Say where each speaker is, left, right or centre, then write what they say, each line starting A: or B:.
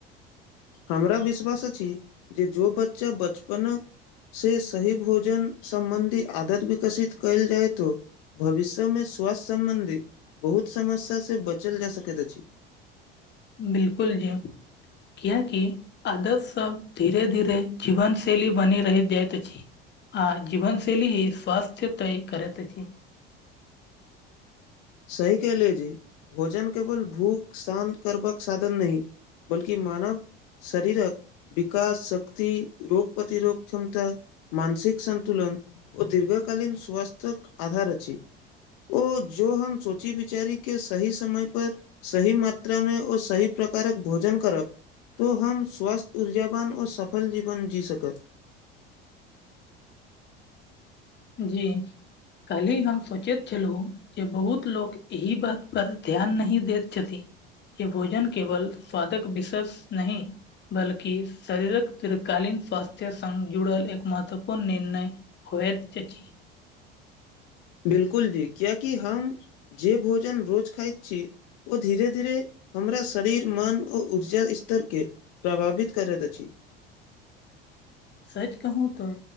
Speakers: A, on the left (about 65°); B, on the left (about 35°).
A: हमरा विश्वास अछि जे जो बच्चा बचपनक से सही भोजन सम्बन्धी आदत विकऽसित कयल जायत भविष्य में स्वास्थ्य सम्बन्धी बहुत समस्या स बचल जा सकैत अछि
B: बिलकुल जी कियाकि अदैब सब धीरे धीरे जीवन शैली बनी रहहि जाइत अछि आ जीवन शैली ही स्वस्थ्य तय करैत अछि
A: सही कले जी भोजन केवल भूख शान्त करबाक साधन नहि बल्कि मानव शरीरक विकास शक्ति रोग प्रतिरोग क्षमता मानसिक सन्तुलन ओ दीर्घ कालीन स्वास्थ्यक आधार अछि ओ जो हम सोची बिचारी के सही समय पर सही मात्रामे ओ सही प्रकारक भोजन करब तो हम स्वस्थ्य ऊर्जावान आओर सफल जीवन जी सकत
B: जी कालहि हम सोचैत छलहुँ जे बहुत लोक एहि बात पर ध्यान नहि दैत छथि जे भोजन केवल स्वादक विशेष नहि बल्कि शरीरक दीर्कालीन स्वासस्थ्य संग जुड़ल एक महत्वपूर्ण निर्णय होएत अछि
A: बिलकुल जी कियाकि हम जे भोजन रोज खाइत छी ओ धीरे धीरे हमरा शरीर मन ओ ऊर्जा स्तर के प्रभावित करैत अछि
B: सच कहूं तो